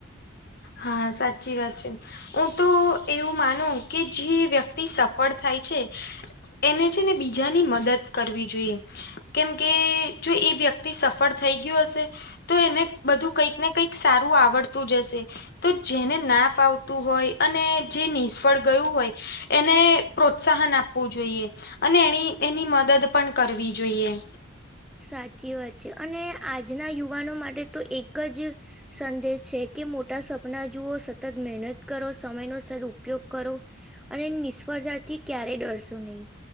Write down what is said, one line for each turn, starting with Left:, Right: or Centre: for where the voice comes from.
Left: હા સાચી વાત છે. હું તો એવું માનું કે જે વ્યક્તિ સફળ થાય છે. એને છે ને બીજાની મદદ કરવી જોઈએ. કેમ કે જો એ વ્યક્તિ સફળ થઈ ગયું હશે. તો એને બધું કંઈક ને કંઈક સારું આવડતું જશે. તો જેને નાફ આવતું હોય અને જે નિષ્ફળ ગયું હોય. એને પ્રોત્સાહન આપવું જોઈએ. અને એની એની મદદ પણ કરવી જોઈએ.
Centre: સાચી વાત છે અને આજના યુવાનો માટે તો એક જ સંદેશ છે કે મોટા સપના જુવઓ સતત મહેનત કરો સમયનોો સદ ઉપયોગ કરો. અને નિષ્ફળતાથી ક્યારેય ડરશો નહી.